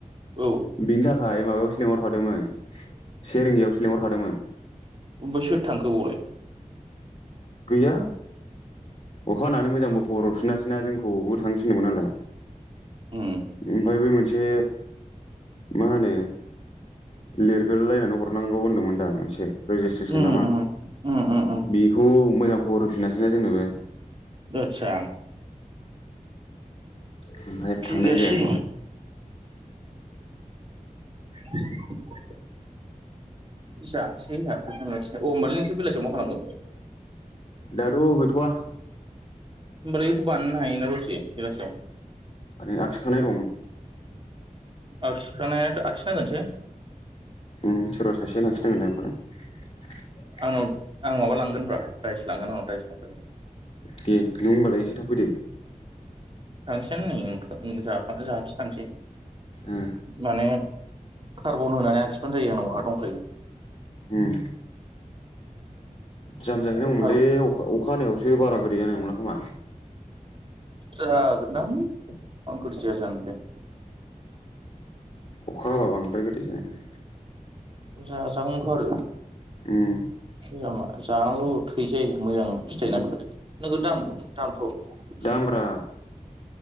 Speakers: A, on the right; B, on the left.
A: औ
B: बिनि थाखाय खाय माबायावसो लिंहरखादोंमोन से रिंगायावसो लिंहरखादोंमोन।
A: अमफाय सोर थांखो बावलाय?
B: गैया अखा हानानै मोजांबो खबर हरफिनासैना जोंखौबो थांनो थिनदोंमोन नालाय।
A: उम
B: ओमफ्राय बै मोनसे मा होनो लिरगोरलायनानै हरनांगौ होनदोंमोन दा मोनसे। रेजिसट्रेसन
A: उम
B: ना मा
A: उम उम उम उम
B: बेखौ मोजां खबर होफिनासैना जोंनोबो।
A: आतसा
B: ओमफ्राय
A: थिग
B: थांनाय
A: आसे।
B: जायाखै
A: <inaudible> जासै आसै औ होनबालाय नोंसोर बेलासियाव मा खालामगोन?
B: दाथ' गैथ'आ।
A: होमबालाय बेखौ बानायनो हायो ना दसे बेलासिआव।
B: ओरैनो आखिखानाय दं।
A: आखिखानायाथ' आखिनांगोनसो।
B: उम सोरबा सासेयानो आखिनांगोन ना बेखौलाय।
A: आंनाव आं माबा लांगोन ब्रा दाइस लांगोन आंनाव दाइस दंखायो।
B: दे नों होमबालाय एसे थाब फैदो।
A: थांसैआनो नै ओंखा ओं जाखां जानोसै थांसै
B: ओ
A: बानायगोन। कार्बन होनानै आखिबान जायो आंनावहा दंखायो।
B: हम जाम जाहैनांगौमोनलै
A: कार्बन
B: अखा अखा हानायावसो बारा गोदै जानाय नंला खोमा।
A: जागोनदां मान गोदै जाया जानो बेलाय।
B: अखा हाबा बांद्राय गोदै जायाना।
A: जाजागौमोन्थ' आरो।
B: उम
A: जामा जानांगौ थै जायो मोजां फिथाइ ना बेफोरो नोगोद दाम दामथ'
B: दामब्रा
A: सोब